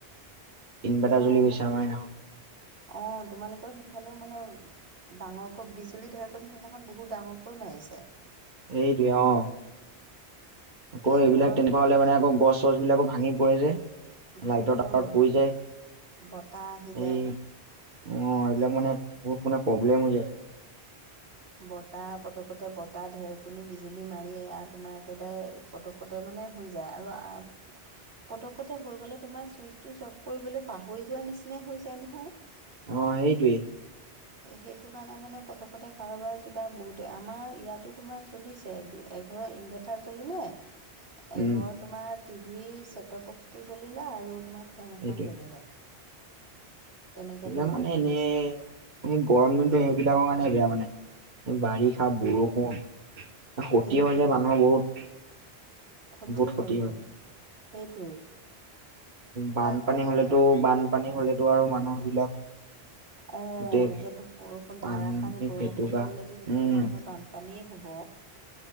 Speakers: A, on the right (about 45°); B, on the right (about 65°).
A: ইনভাৰটাৰ
B: তোমাৰ
A: জ্বি গৈছে
B: মানে
A: আমাৰ মিদিনা খন।
B: অ' তোমালোকৰ সিফালেও মানে ডাঙৰকৈ বিজুলী ঢেৰক <unintelligible> সিদিনাখন বহুত ডাঙৰকৈ মাৰিছে।
A: এইটোয়ে অ'। আকৌ
B: এই
A: এইবিলাক
B: গৰম
A: তেনেকুৱা হলে মানে আকৌ গছ চছ বিলাকো ভাঙি পৰে যে।
B: ভাঙি
A: লাইটৰ তাৰত
B: পৰে
A: পৰি যায়
B: বতাহ আহি যায়
A: এই অ' এইবিলাক মানে বহুত মানে প্ৰব্লেম হৈ যায়।
B: বতাহ প্ৰথমতে বতাহ ঢেৰকণী বিজুলী মাৰিয় আৰু তোমাৰ একেবাৰে <unintelligible> মানে হৈ যায় আৰু পতকতে হৈ গলে তোমাৰ চুইচ টোচ অফ কৰিবলৈ পাহৰি যোৱাৰ নিচিনাই হৈ যায় নহয়।
A: অ', সেইটোৱেই।
B: সেইটো কাৰণে মানে <unintelligible> কাৰোবাৰ কিবা বহুতে আমাৰ ইয়াতো তোমাৰ চলিছে এঘৰৰ ইনভাৰ্টাৰ জ্বলিলে এঘৰ
A: উম
B: তোমাৰ টিভি চেটটপ বক্স টো জ্বলিলে আৰু তোমাৰ ফেন
A: সেইটোৱে
B: এখন জ্বলিলে। তেনেকে
A: এইবিলাক
B: তোমাৰ
A: মানে
B: জ্বলিছে
A: এনেই গৰম দিনতো সেইবিলাকৰ কাৰণে বেয়া মানে। বাৰিষা
B: সেই
A: বৰষুণ ক্ষতি
B: সেইটোৱে
A: হৈ যোয় মানুহৰ বহুত।
B: ক্ষতি
A: বহুত
B: হয়তো
A: হয়
B: সেইটো
A: বানপানী
B: ধৰা
A: হলেতো বানপানী হলেতো আৰু মানুহ বিলাক
B: অ',
A: গোটেই
B: এতিয়াতো বৰষুণ
A: পানী
B: ধাৰাসাৰ বৰষুণ
A: ফেটুকা
B: ধৰিলেতো গোটেই
A: উম
B: মানুহৰ বান পানীয়ে শুব।